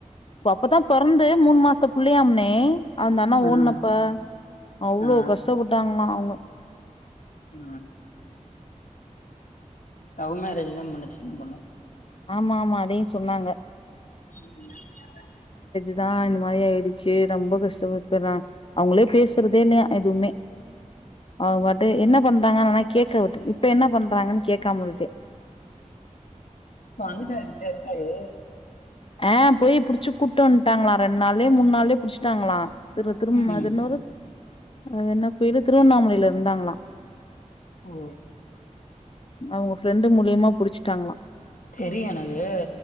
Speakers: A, on the left (about 45°); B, on the left (about 80°).
A: அப்பதா பொறந்து மூணு மாச த்து புள்ளையாம்ண்ணே அந்த அண்ணா ஓடுனப்ப
B: ம்
A: அவ்ளோ
B: ஆ
A: கஷ்டப்பட்டாங்களா அவுங்க.
B: ஆ லவ் மேரேஜ்தா பண்ணுச்சு அந்த பொண்ணு.
A: ஆமா ஆமா அதையு சொன்னாங்க.
B: ம்
A: அதா இந்த மாரி ஆயிடுச்சு ரொம்ப கஷ்டப்பட்ட நா அவங்களே பேசுறதே இல்லையா எதுவுமே அவங்க பாட்டு என்ன பண்றாங்கன்னு நா கேக்க விட்டு இப்ப என்ன பண்றாங்கன்னு கேக்காம விட்டே
B: இப்ப வந்துட்டாரு இங்கதா இருக்காரு
A: ஆ போய் புடிச்சு கூப்ட்டு வன்ட்டாங்களா ரெண்டு நாள்ளயோ மூணு நாள்ளயோ புடிச்சுட்டாங்களா திரு திரும்
B: ம்
A: அது என்ன ஊரு? அது என்ன கோயிலு திருவண்ணாமலையில இருந்தாங்களா.
B: ஓ
A: அவங்க ஃபிரண்டு மூலியமா புடிச்சிட்டாங்களா.
B: தெரியு எனக்கு